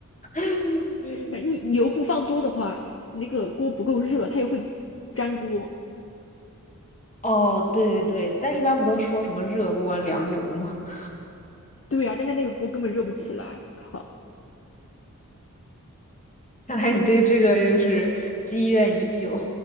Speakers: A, on the left (about 25°); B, on the left (about 45°).
A: <laughs>
B: 哎，你你油不放多的话，那个锅不够热，它也会粘锅。
A: 哦，对对对，但一般不都说什么热锅凉油吗？<laughs>
B: 对呀、但是那个锅根本热不起来。靠，
A: 看来你对这个就是积怨已久，